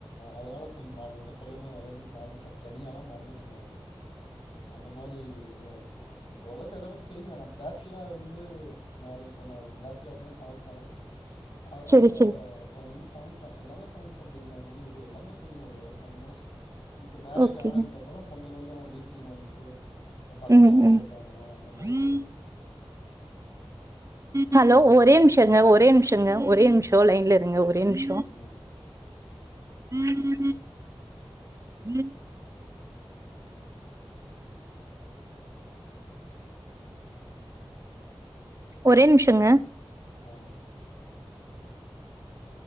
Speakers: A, on the left; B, on the right.
A: அதனால கொஞ்சம் மற உங்கள்ட்ட சொல்லும் போது நெறைய இது மறந்துட்டே தனியா லா மறந்துட்டே நானு அந்த மாரி இதாயிடுச்சி ஓரளவுக்கு எல்லாமே செய்வே நா பேச்சுலர் இருந்து மேரேஜ் பண்ண பேச்சலர் இருக்கும்போது சமைப்பே அதனால
B: செரி செரி
A: கொஞ்சோண்டு சமைப்பே எல்லாமே சமைப்பே பிரியாணி இது எல்லாமே செய்வ ஓரளவு ஆல்மோஸ்ட் இப்ப மேரேஜ்
B: ஓகேங்க
A: ஆனதுக்கு அப்பறம் கொஞ்சம் கொஞ்சம் வீக் வீக்லி ஒன்ஸ் பசங்க
B: ம்
A: ஏதாவது கேட்டாங்கன்னா அந்த
B: ம்
A: மாரி செய்றது
B: ஹலோ ஒரே
A: ஆமா
B: நிமிஷங்க
A: ஆ
B: ஒரே நிமிஷங்க
A: ஆ
B: ஒரே நிமிஷம் லைன்ல இருங்க ஒரே நிமிஷம்
A: ம்
B: உஹம் உஹம் உம் ஒரே நிமிஷங்க
A: ஆ